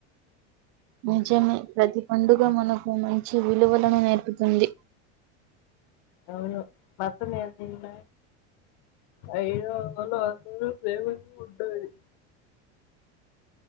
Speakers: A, on the right (about 60°); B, on the left (about 65°).
A: నిజమే ప్రతి పండుగ మనకు మంచి విలువలను నేర్పుతుంది
B: అవును మతం ఏదైనా అయ్యో మళ్ళ అందరిలో ప్రేమ ఏమి ఉండది